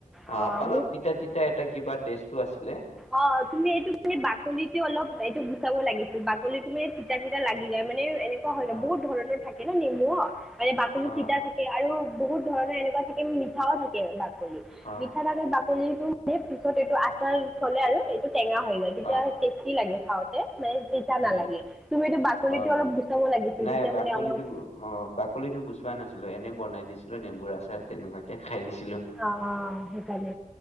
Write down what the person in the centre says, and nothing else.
অঁ
অ তুমি এইটো মানে বাকলিতো অলপ এইটো গুচাব লাগিছিল বাকলি ত ম কটাকেইটা লাগি যায় মে এনেকুৱ হয়
বহু ধৰণৰ থাকে এই নেমু মানে বাকলি
তিতা থাকে আৰু বহুত ধৰণৰ এনেকুৱা থাকে মিঠাও থাকে বাক
মিঠা থাকে টো মানে পিছত এইটো আচাৰ থলে আৰু এইটো। টেঙা হৈ যায় তেতিয়া
টেষ্টি লাগে হ দে মানে তেতিতয়া
নালাগে তুমিটো বাকলিটো
অলপ গুচাব লাগিছিল
তেতিয়া
মানে অলপ
অ অ সেইকাৰণে